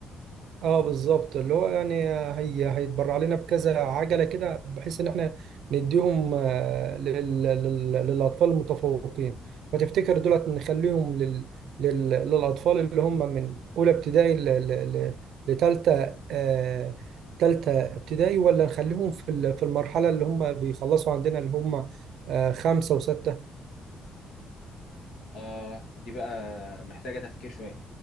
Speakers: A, on the right (about 75°); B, on the left (about 85°).
A: اه بالظبط اللي هو يعني هي هيتبرع لنا بكذا عجله كده بحيث ان احنا نديهم آه، لل... لل... للاطفال المتفوقين فتفتكر دولت نخليهم لل... لل... للاطفال اللي هم من اولى ابتدائي ل... ل... ل... لتالتة آه... تالتة ابتدائي ولا نخليهم في ال... في المرحله اللي هم بيخلصوا عندنا اللي هم آه خمسه وسته
B: اه دي بقى محتاجه تفكير شويه